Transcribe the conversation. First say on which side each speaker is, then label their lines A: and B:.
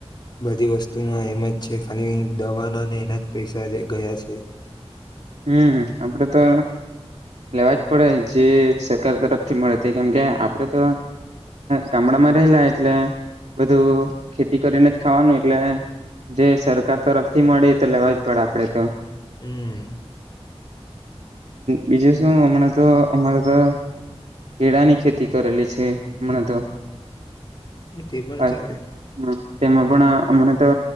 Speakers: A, on the left (about 45°); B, on the right (about 85°).
A: બધી વસ્તુમાં એમ જ છે ખાલી દવાના ને એના જ પૈસા ગયા છે.
B: હમ્મ આપડે તો લેવા જ પડે જે સરકાર તરફથી મળે તે કેમ કે આપડે તો ગામડામાં રહેલા એટલે બધું ખેતી કરીને જ ખાવાનું એટલે જે સરકાર તરફથી મળે તો લેવા જ પડે આપડે તો.
A: હમ
B: બીજું શું હમણાં તો અમારે તો કેળાની ખેતી કરેલી છે હમણાં તો.
A: તે પણ
B: <unintelligible>
A: ચાલે
B: હમ્મ તેમાં પણ હમણા તો